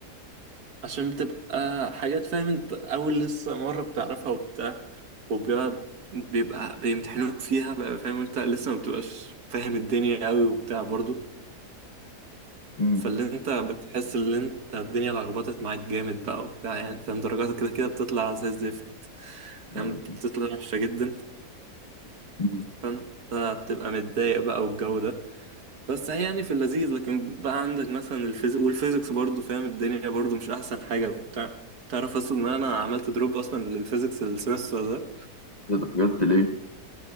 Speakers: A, on the right; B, on the left.
A: عشان بتبقى حاجات فاهم انت اول لسه مرة بتعرفها وبتاع وبيبقى بيبقى بيمتحنوك فيها بقى فاهم انت لسه ما بتبقاش فاهم الدنيا قوي وبتاع برضو
B: امم
A: فاللي انت بتحس ان انت الدنيا لخبطت معاك جامد بقى وبتاع يعني فاهم درجاتك كده كده بتطلع زي الزفت فاهم
B: ايوه
A: بتطلع وحشة جدا
B: امم
A: فانت بتبقى متضايق بقى والجو ده بس هي يعني في اللذيذ لكن بقى عندك مثلا الفيزيك والفيزيكس برضو فاهم الدنيا برضو مش احسن حاجة وبتاع تعرف اصلا ان انا عملت دروب اصلا للفيزيكس السمستر ده
B: إيه ده بجد ليه